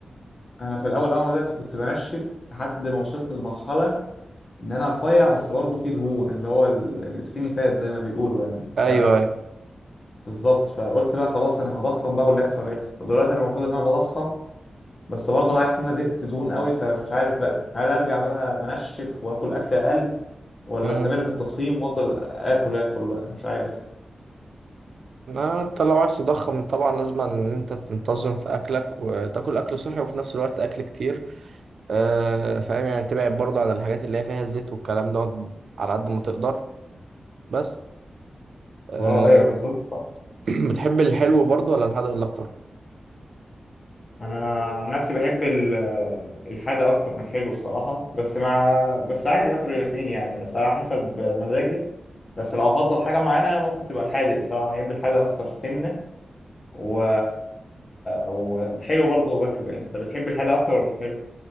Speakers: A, on the left; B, on the right.
A: انا في الاول اول ما بدات كنت بنشف لحد ما وصلت لمرحله ان انا رفيع بس برضه في دهون اللي هو السكيني فات زي ما بيقولوا يعني
B: ايوه
A: ف
B: ايوه
A: بالظبط فقلت بقى خلاص انا هضخم بقى واللي يحصل يحصل ودلوقتي انا المفروض ان انا بضخم بس برضه عايز ان انا زدت دهون قوي فمش عارف بقى هل ارجع بقى انشف واكل اكل اقل ولا
B: امم
A: استمر في التضخيم وافضل اكل اكل بقى مش عارف
B: لا انت لو عايز تضخم طبعا لازم ان انت تنتظم في اكلك وتاكل اكل صحي وفي نفس الوقت اكل كتير آه، فاهم يعني تبعد برضه عن الحاجات اللي هي فيها زيت والكلام دوت على قد ما تقدر بس أه
A: اه ايوه بالظبط صح
B: <clears throat> بتحب الحلو برضه ولا الحادق ولا اكتر
A: انا عن نفسي بحب ال- الحادق اكتر من الحلو الصراحه بس ما بس عادي اكل الاثنين يعني بس على حسب مزاجي بس لو افضل حاجه معينه ممكن تبقى الحادق الصراحه بحب الحادق اكتر سنه و... والحلو برضه باكله يعني انت بتحب الحادق اكتر ولا الحلو